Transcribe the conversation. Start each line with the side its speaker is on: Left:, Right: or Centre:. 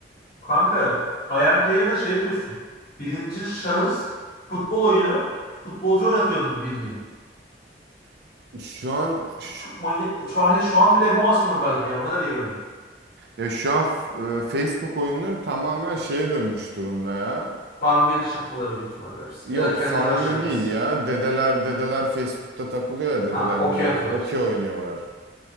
Left: kanka Iron Player'da şey yapıyorsun. Birinci şahıs futbol oyunu futbolcu oynatıyordun bildiğin.
Right: şu an ş-
Left: Çok manyak, şu, hani şu an bile yapamazsın onu belki yani o kadar iyi oyun.
Right: ya şu an e, Facebook oyunları tamamen şeye dönmüş durumda ya.
Left: Farmville çakmaları büyük ihtimalle hepsi.
Right: Yok
Left: Ya da kendi
Right: Farmville
Left: Crush çakması.
Right: değil ya. Dedeler dedeler Facebook'ta takılıyor ya dedeler
Left: Ha okey
Right: neneler.
Left: atıyorlar.
Right: Okey oynuyorlar.